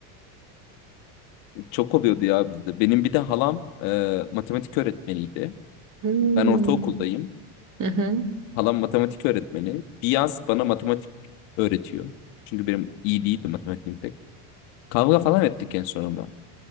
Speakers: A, on the left; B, on the right.
A: Çok oluyordu ya bizde. Benim bir de halam e, matematik öğretmeniydi.
B: Hmm.
A: Ben ortaokuldayım.
B: Hı hı.
A: Halam matematik öğretmeni. Bir yaz bana matematik öğretiyor. Çünkü benim iyi değildi matematiğim pek. Kavga falan ettik en sonunda.